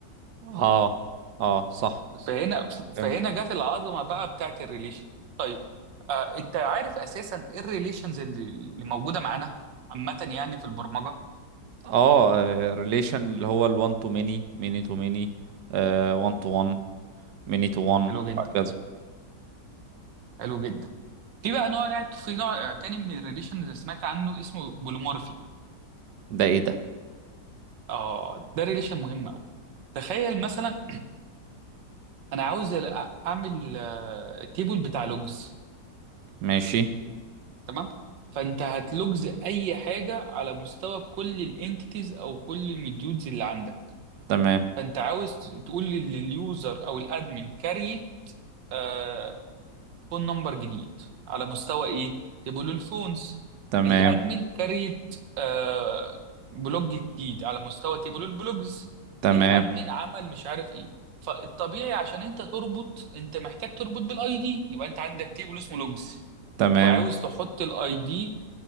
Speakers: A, on the right; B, on the right.
A: اه اه صح
B: فهنا
A: فهمت
B: فهنا جت العظمه بقى بتاعت الريليشن طيب آه انت عارف اساسا ايه الريليشنز اللي اللي موجوده معانا عامه يعني في البرمجه
A: اه ريليشن اللي هو ال1 تو ميني ميني تو ميني 1 تو 1 ميني تو 1
B: حلو جدا
A: هكذا
B: حلو جدا في بقى نوع في نوع آه، تاني من الريليشنز اللي سمعت عنه اسمه بوليمورفي
A: ده ايه ده
B: اه ده ريليشن مهم قوي تخيل مثلا انا عاوز أ- اعمل تيبل بتاع لوجز
A: ماشي
B: تمام فانت هتلوجز اي حاجه على مستوى كل الانتيتيز او كل المديولز اللي عندك
A: تمام
B: فانت عاوز تقول لليوزر او الادمن كاري آه فون نمبر جديد على مستوى ايه تبقوا له الفونز
A: تمام
B: الادمن كاريت آه بلوج جديد على مستوى تبقوا البلوجز
A: تمام
B: الادمن عمل مش عارف ايه فالطبيعي عشان انت تربط انت محتاج تربط بالاي دي يبقى انت عندك تيبل اسمه لوجز
A: تمام
B: وعاوز تحط الاي دي